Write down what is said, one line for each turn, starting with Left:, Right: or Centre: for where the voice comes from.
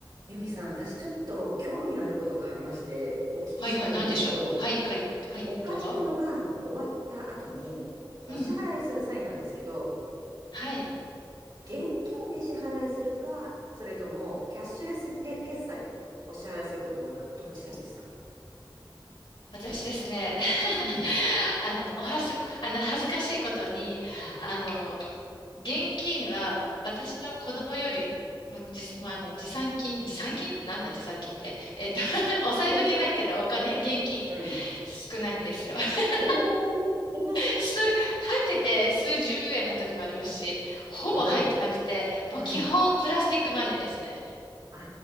Right: ユミさん、私ちょっと興味あることがありまして、お聞きしたいんですけど、
Left: はいはい、なんでしょう。はいはい、はい、
Right: お買い物が終わった後に、
Left: どうぞ。
Right: お支払いする際なんですけど、
Left: うん、はい。
Right: 現金で支払いするか、それともキャッシュレスで決済でお支払いすることが多いか、どちらですか
Left: 私ですね、<laughs>
Right: うん。
Left: あの、おはす、あの、恥ずかしいことに、
Right: はい。
Left: あの、現金は私の子供よりもじ、まあ、あの持参金、持参金なんだ持参金って。えっと、<laughs> お財布に入ってるお金、
Right: <laughs>
Left: 現金
Right: うん。
Left: 少ないんですよ。<laughs>
Right: おおー
Left: 数、入ってて数十円の時もありますし、
Right: <laughs>
Left: ほぼ入ってなくて、
Right: おお、
Left: もう基本プラスティックマネーですね。
Right: うん。あ、